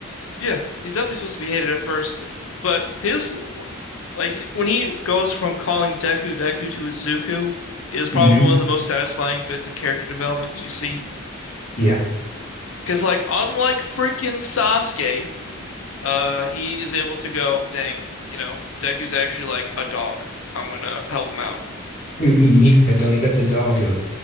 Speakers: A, on the left; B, on the left.
A: Yeah, he's definitely supposed to be hated at first, but his like when he goes from calling Deku Deku to Izuku is
B: Mm-hmm.
A: probably one of the most satisfying bits of character development you see.
B: Yeah.
A: Because like unlike freaking Sasuke, uh, he is able to go, dang, you know, Deku's actually like a dog. I'm gonna help him out.
B: Mhm. He's that dog. He got the dog in him.